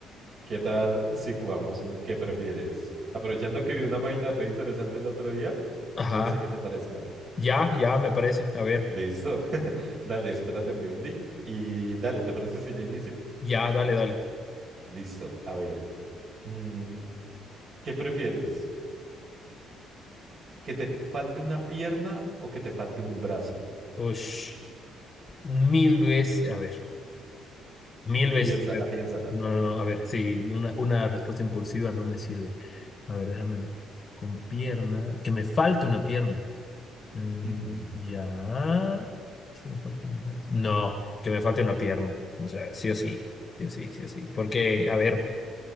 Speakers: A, on the right (about 40°); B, on the left (about 25°).
A: ¿Qué tal si jugamos un ¿qué prefieres? Aprovechando que vi una página re interesante el otro día,
B: Ajá,
A: no sé qué te parezca.
B: ya, ya, me parece. A ver,
A: Listo. <laughs> Dale, espera, te envío el link y dale, ¿te parece si yo inicio?
B: ya, dale, dale.
A: Listo, a ver. mm, ¿qué prefieres? ¿Que te falte una pierna o que te falte un brazo?
B: Ush, mil veces, a ver, mil veces.
A: Piénsala,
B: a ver.
A: piénsala.
B: No, no, no, a ver, sí, una, una respuesta impulsiva no me sirve. A ver, déjame ver. Con pierna, que me falte una pierna. Mm,
A: Ujú.
B: ya. Sí, me falta un brazo. No, que me falte una pierna. O sea, sí o sí. Sí o sí, sí o sí. Porque, a ver,